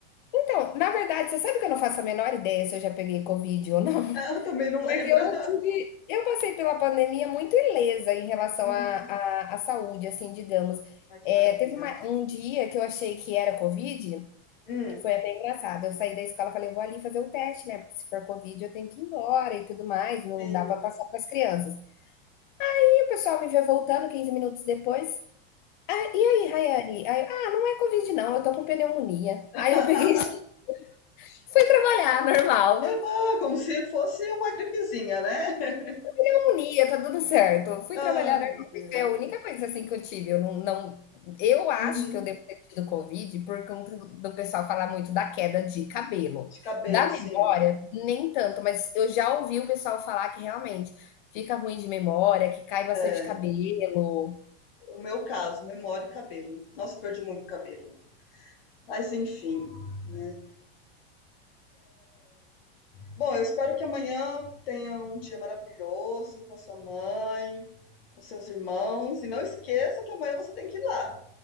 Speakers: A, on the left; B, on the left.
A: Então, na verdade, você sabe que eu não faço a menor ideia se eu já peguei Covid ou não?
B: <laughs> Eu também não
A: Porque
B: lembro.
A: eu
B: <laughs>
A: não tive. Eu passei pela pandemia muito ilesa em relação
B: Uhum.
A: à, à, à saúde, assim, digamos.
B: Ai, que
A: É,
B: maravilha.
A: teve uma- um dia que eu achei que era Covid,
B: Hum,
A: foi até engraçado. Eu saí da escola e falei, vou ali fazer o teste, né? Porque se for Covid, eu tenho que ir embora e tudo mais, não
B: sim.
A: dá pra passar pras crianças. E o pessoal me vê voltando 15 minutos depois. "Ah, E aí, Rayane? Aí eu, ah, não é Covid, não, eu tô com pneumonia.
B: <laughs>
A: Aí eu peguei, <laughs> fui trabalhar, normal.
B: Ah, como se fosse uma gripezinha, né? <laughs>
A: pneumonia, tá tudo certo. eu Fui
B: Ai,
A: trabalhar
B: meu
A: normal.
B: Deus.
A: Isso é a única coisa assim que eu tive. Eu não, não, eu acho
B: Uhum.
A: que eu devo ter tido Covid por conta do, do pessoal falar muito da queda de cabelo.
B: De cabelo,
A: Da
B: sim.
A: memória, nem tanto, mas eu já ouvi o pessoal falar que realmente fica ruim de memória, que cai bastante
B: É,
A: cabelo.
B: o meu caso, memória e cabelo. Nossa, eu perdi muito cabelo. Mas enfim, né? Bom, eu espero que amanhã tenha um dia maravilhoso com a sua mãe, com seus irmãos. E não esqueça que amanhã você tem que ir lá.